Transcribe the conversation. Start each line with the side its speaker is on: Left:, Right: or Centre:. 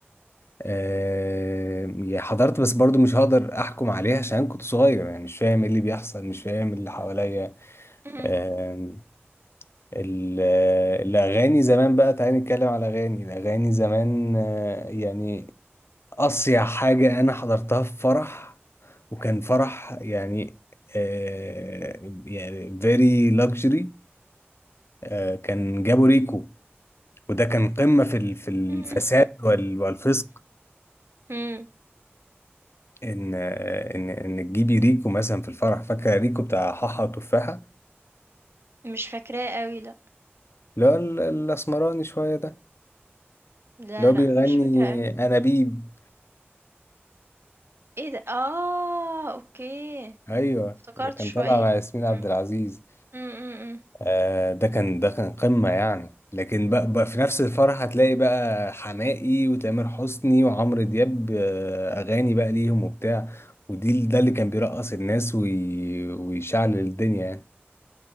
Left: أه يعني حضرت بس برضو مش هقدر احكم عليها عشان كنت صغير يعني مش فاهم ايه اللي بيحصل مش فاهم اللي حواليا
Right: مم.
Left: آه، ال- الأغاني زمان بقى تعالى نتكلم على أغاني الأغاني زمان آه، يعني أصيع حاجة أنا حضرتها في فرح وكان فرح يعني آه، يعني very luxury آه، كان جابوا ريكو وده كان قمة في ال- في الفساد
Right: <coughs> مم.
Left: وال- والفسق
Right: مم.
Left: إن آه، إن إن تجيبي ريكو مثلا في الفرح فاكرة ريكو بتاع حاحة وتفاحة
Right: مش فاكراه قوي لا
Left: اللي هو ال- الأسمراني شوية ده
Right: لا
Left: اللي هو
Right: لا
Left: بيغني
Right: مش فاكراه قوي
Left: أنابيب
Right: ايه ده اه اوكي
Left: ايوه
Right: افتكرت
Left: اللي كان
Right: شويه
Left: طالع مع ياسمين
Right: مم.
Left: عبد العزيز
Right: مم. مم. مم.
Left: آه ده كان ده كان قمة يعني لكن بقى, بقى في نفس الفرح هتلاقي بقى حماقي وتامر حسني وعمرو دياب آه اغاني بقى ليهم وبتاع ودي ده اللي كان بيرقص الناس وي ويشعل الدنيا يعني